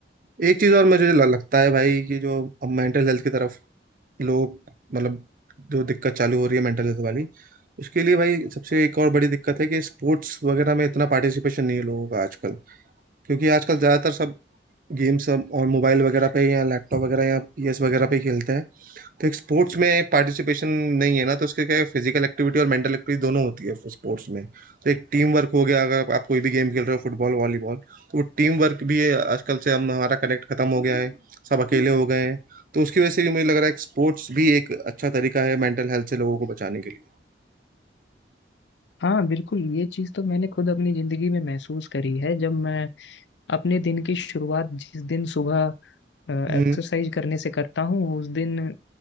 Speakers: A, on the right (about 50°); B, on the left (about 85°).
A: एक चीज और मुझे ल- लगता है भाई कि जो अब मेंटल हेल्थ की तरफ लोग मतलब जो दिक्कत चालू हो रही है मेंटल हेल्थ वाली उसके लिए भाई सबसे एक और बड़ी दिक्कत है कि स्पोर्ट्स वगैरह में इतना पार्टिसिपेशन नहीं है लोगों का आजकल क्योंकि आजकल ज्यादातर सब गेम्स सब और मोबाइल वगैरह पे या लैपटॉप वगैरह या पीएस वगैरह पे खेलते हैं तो एक स्पोर्ट्स में पार्टिसिपेशन नहीं है ना तो उसके क्या फिजिकल एक्टिविटी और मेंटल एक्टिविटी दोनों होती है स्पोर्ट्स में तो एक टीम वर्क हो गया अगर आप कोई भी गेम खेल रहे हो फुटबॉल वॉलीबॉल तो वो टीम वर्क भी है आजकल से हम हमारा कनेक्ट खत्म हो गया है सब अकेले हो गए हैं तो उसकी वजह से भी मुझे लग रहा है कि स्पोर्ट्स भी एक अच्छा तरीका है मेंटल हेल्थ से लोगों को बचाने के लिए
B: हाँ बिल्कुल ये चीज तो मैंने खुद अपनी जिंदगी में महसूस करी है जब मैं अपने दिन की शुरुआत जिस दिन सुबह एक्सरसाइज
A: हम्म
B: करने से करता हूँ उस दिन